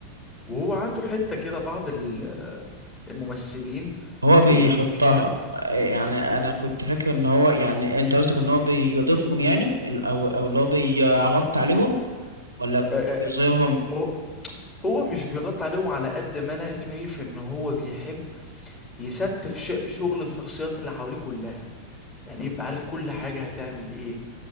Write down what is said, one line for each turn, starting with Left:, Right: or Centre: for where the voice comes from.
Left: وهو عنده حتة كده بعض ال- آه، الممثلين
Right: هو
Left: بيعيبوه
Right: بيحطها
Left: فيها
Right: إيه، يعني انا كنت فاكر ان هو يعني انت قصدك ان هو بيضيفهم يعني ال- او او اللي هو بيغطي عليهم ولا
Left: آه آه،
Right: بيظهرهم
Left: هو هو مش بيغطي عليهم على قد ما انا شايف ان هو بيحب يستف ش- شغل الشخصيات اللي حواليه كلها يعني يبقى عارف كل حاجة هتعمل ايه